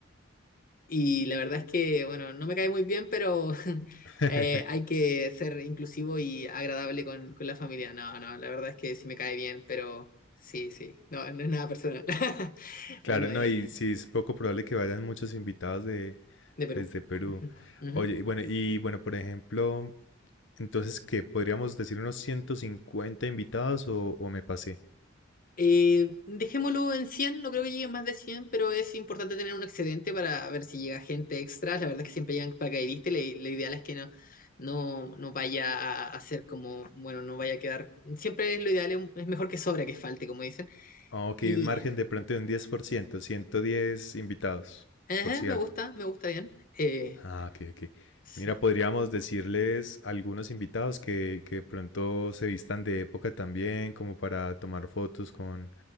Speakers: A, on the left; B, on the left.
A: y la verdad es que, bueno, no me cae muy bien, pero <laughs>
B: <laughs>
A: eh, hay que ser inclusivo y agradable con, con la familia. No, no, la verdad es que sí me cae bien, pero sí, sí, no, no es nada personal. <laughs>
B: Claro,
A: Bueno,
B: no,
A: eh,
B: y sí es poco probable que vayan muchos invitados de,
A: de Perú.
B: desde Perú.
A: <laughs> Ujú, ujú.
B: Oye, y bueno, y bueno, por ejemplo, Entonces, ¿qué? ¿Podríamos decir unos 150 invitados o, o me pasé?
A: Eh, dejémoslo en cien no creo que lleguen más de cien pero es importante tener un excedente para ver si llega gente extra. La verdad es que siempre llegan paracaidistas, y lo lo ideal es que no, no, no vaya a, a ser como, bueno, no vaya a quedar. Siempre lo ideal es, es mejor que sobra que falte, como dicen.
B: Ah, ok,
A: Y
B: un margen de pronto de un 10%, 110 invitados,
A: ajá,
B: por si
A: me
B: algo.
A: gusta, me gusta bien. Eh,
B: Ah, ok, ok.
A: s-
B: Mira, podríamos decirles a algunos invitados que, que de pronto se vistan de época también, como para tomar fotos con,